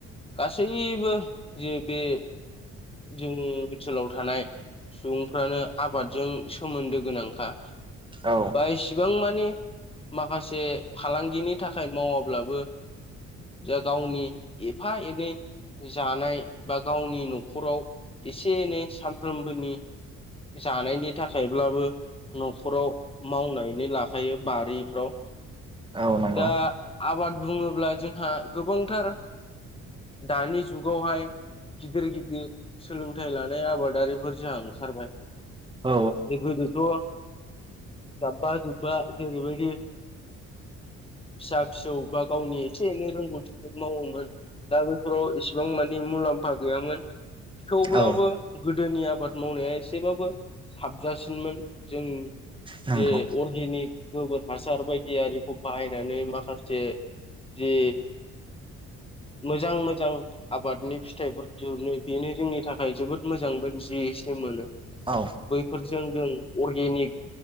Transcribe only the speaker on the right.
औ
औ नंगौ।
औ
औ
नंगौ
औ